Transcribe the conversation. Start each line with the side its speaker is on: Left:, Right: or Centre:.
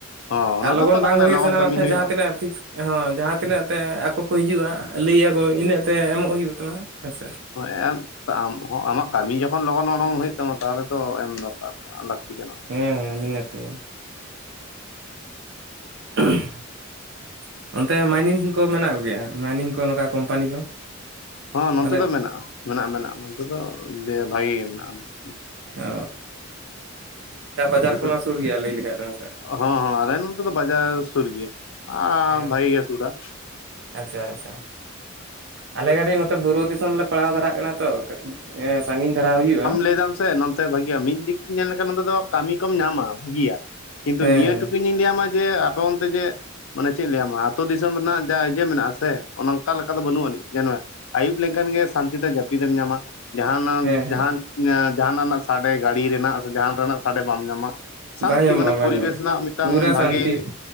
Left: ᱦᱚᱸ ᱚᱱᱟ
Right: ᱟᱨ ᱞᱚᱜᱚᱱ
Left: ᱫᱚ ᱠᱟᱛᱷᱟ
Right: ᱵᱟᱝ
Left: ᱠᱟᱱᱟ
Right: ᱦᱩᱭᱩᱜ
Left: ᱞᱚᱜᱚᱱ
Right: ᱥᱟᱱᱟᱢᱟ
Left: ᱠᱟᱹᱢᱤ
Right: ᱠᱷᱟᱡ
Left: ᱦᱩᱭᱩᱜᱼᱟ
Right: ᱡᱟᱦᱟᱸ ᱛᱤᱱᱟᱹᱜ ᱯᱷᱤᱠᱥ ᱮ ᱦᱚᱸ ᱡᱟᱦᱟᱸ ᱛᱤᱱᱟᱹᱜ ᱛᱮ ᱟᱠᱚ ᱠᱚ ᱦᱤᱡᱩᱜ-ᱟ ᱞᱟᱹᱭᱟ ᱠᱚ ᱤᱱᱟᱹᱜ ᱛᱮ ᱮᱢᱚᱜ ᱦᱩᱭᱩᱜ ᱛᱟᱢᱟ ᱦᱮᱸ ᱥᱮ ᱾
Left: ᱦᱚᱸ ᱮᱢ ᱛᱚ ᱟᱢ ᱦᱚᱸ ᱟᱢᱟᱜ ᱠᱟᱢᱤ ᱡᱚᱠᱷᱚᱱ ᱞᱚᱜᱚᱱ ᱚᱱᱚᱝ ᱦᱩᱭᱩᱜ ᱛᱟᱢᱟ ᱛᱟᱦᱚᱞᱮ ᱛᱚ ᱮᱢ ᱫᱚᱨᱠᱟᱨ ᱠᱟ ᱞᱟᱹᱠᱛᱤ ᱠᱟᱱᱟ ᱾
Right: ᱦᱮᱸ ᱦᱮᱸ ᱱᱤᱭᱟᱹᱛᱮ ᱾ <unintelligible> ᱚᱱᱛᱮ ᱢᱟᱭᱱᱤᱝ ᱥᱤᱢ ᱠᱚ ᱢᱮᱱᱟᱜ ᱠᱚᱜᱮᱭᱟ ᱢᱟᱭᱱᱤᱝ ᱠᱚ ᱱᱚᱝᱠᱟ ᱠᱳᱢᱯᱟᱱᱤ ᱠᱚ?
Left: ᱦᱚᱸ ᱱᱚᱱᱛᱮ
Right: ᱯᱟᱞᱮᱫ
Left: ᱫᱚ ᱢᱮᱱᱟᱜᱼᱟ ᱢᱮᱱᱟᱜᱼᱟ ᱢᱮᱱᱟᱜᱼᱟ ᱱᱚᱱᱛᱮ ᱫᱚ ᱫᱮ ᱵᱷᱟᱜᱤ ᱜᱮ ᱢᱮᱱᱟᱜᱼᱟ ᱾
Right: ᱚ ᱚᱱᱠᱟ ᱵᱟᱡᱟᱨ
Left: ᱟᱯᱮ
Right: ᱠᱚᱢᱟ
Left: ᱥᱮᱫ
Right: ᱥᱩᱨ ᱜᱮᱭᱟ ᱞᱟᱹᱭ ᱞᱮᱠᱷᱟᱡ ᱫᱚ ᱦᱮᱸᱥᱮ ᱾
Left: ᱦᱚᱸ ᱦᱚᱸ ᱟᱞᱮ ᱱᱚᱱᱛᱮ ᱫᱚ ᱵᱟᱡᱟᱨ ᱥᱩᱨ ᱜᱮᱭᱟ ᱟᱸ
Right: ᱦᱮᱸ
Left: ᱵᱷᱟᱜᱤ ᱜᱮ ᱥᱩᱨᱟ ᱾
Right: ᱟᱪᱪᱷᱟ ᱟᱪᱪᱷᱟ ᱟᱞᱮ ᱠᱟᱴᱤᱡ ᱱᱚᱛᱮ ᱵᱩᱨᱩ ᱫᱤᱥᱚᱢ ᱞᱮ ᱯᱟᱲᱟᱣ ᱫᱷᱟᱨᱟᱜ ᱠᱟᱱᱟ ᱛᱮᱸ ᱥᱟᱺᱜᱤᱧ ᱫᱷᱟᱨᱟ ᱦᱩᱭᱩᱜᱼᱟ ᱾
Left: ᱞᱟᱹᱭ ᱫᱟᱢ ᱥᱮ ᱵᱷᱟᱹᱜᱤᱭᱟ ᱢᱤᱫ ᱫᱤᱠ ᱧᱮᱞ ᱞᱮᱠᱷᱟᱱ ᱱᱚᱰᱮ ᱫᱚ ᱠᱟᱹᱢᱤ ᱠᱚᱢ ᱧᱟᱢᱟ ᱵᱷᱟᱹᱜᱤᱭᱟ ᱠᱤᱱᱛᱩ
Right: ᱦᱮᱸ
Left: ᱱᱤᱭᱟᱹ ᱴᱩᱠᱩᱧ ᱤᱧ ᱞᱟᱹᱭᱟᱢᱟ ᱡᱮ ᱟᱯᱮ ᱚᱱᱛᱮ ᱡᱮ ᱢᱟᱱᱮ ᱪᱮᱫ ᱞᱟᱹᱭᱟᱢᱟ ᱟᱛᱳ ᱫᱤᱥᱚᱢ ᱨᱮᱱᱟᱜ ᱡᱟ ᱤᱡᱟᱹ ᱢᱮᱱᱟᱜ ᱟᱥᱮ ᱚᱱᱠᱟ ᱞᱮᱠᱟ ᱫᱚ ᱵᱟᱹᱱᱩᱜ ᱟᱹᱱᱤᱡ ᱧᱮᱞ ᱢᱮ ᱾ ᱞᱮᱱᱠᱷᱟᱱ ᱜᱮ ᱥᱟᱱᱛᱤ ᱛᱮ ᱡᱟᱹᱯᱤᱫ ᱮᱢ ᱧᱟᱢᱟ, ᱡᱟᱦᱟᱱᱟᱱ
Right: ᱦᱮᱸ
Left: ᱡᱟᱦᱟᱱ
Right: ᱦᱮᱸ
Left: ᱡᱟᱦᱟᱱᱟᱜ ᱨᱮᱱᱟᱜ ᱥᱟᱰᱮ ᱜᱟᱹᱲᱤ ᱨᱮᱱᱟᱜ ᱥᱮ ᱡᱟᱦᱟᱸᱱ ᱨᱮᱱᱟᱜ ᱥᱟᱰᱮ ᱵᱟᱢ ᱧᱟᱢᱟ ᱾ ᱥᱟᱱᱛᱤ
Right: ᱵᱟᱝ ᱧᱟᱢᱚᱜᱼᱟ
Left: ᱢᱟᱱᱮ ᱯᱚᱨᱤᱵᱮᱥ
Right: ᱵᱟᱝ ᱧᱟᱢᱚᱜᱼᱟ
Left: ᱨᱮᱱᱟᱜ ᱢᱤᱫᱴᱟᱝ
Right: ᱯᱩᱨᱟᱹ
Left: ᱵᱷᱟᱜᱮ
Right: ᱥᱟᱱᱛᱤ